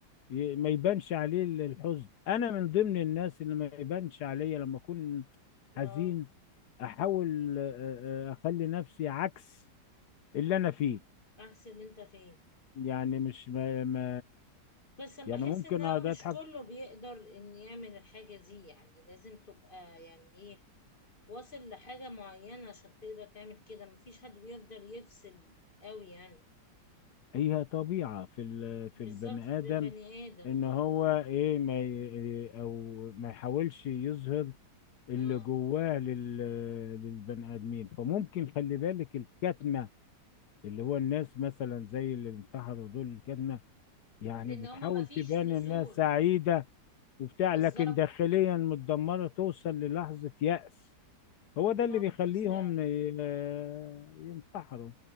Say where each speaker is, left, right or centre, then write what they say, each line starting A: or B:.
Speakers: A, on the left (about 65°); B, on the left (about 30°).
A: ي- ما يبانش عليه ال- الحزن انا من ضمن الناس اللي ما يبانش عليا لما اكون
B: اه
A: حزين احاول آه، آه، اخلي نفسي عكس اللي انا فيه
B: احسن انت فين
A: يعني مش ما, ما
B: بس انا
A: يعني
B: بحس
A: ممكن
B: ان هو
A: اقعد
B: مش
A: اضحك
B: كله بيقدر ان يعمل الحاجة دي يعني لازم تبقى يعني ايه واصل لحاجة معينة عشان تقدر تعمل كده مفيش حد بيقدر يفصل قوي يعني
A: هي طبيعة في ال- في
B: بالظبط
A: البني
B: في
A: ادم
B: البني آدم
A: ان هو ايه ما ي- او ما يحاولش يظهر اللي
B: اه
A: جواه لل- للبني ادمين فممكن خلي بالك الكتمة اللي هو الناس مثلا زي اللي انتحروا دول الكتمة يعني
B: لان
A: بتحاول
B: هما مفيش
A: تبان
B: نزول
A: انها سعيدة وبتاع
B: بالظبط
A: لكن داخليا متدمرة توصل للحظة يأس هو ده
B: دماغ
A: اللي بيخليهم
B: نفسها
A: ي- آه، ينتحروا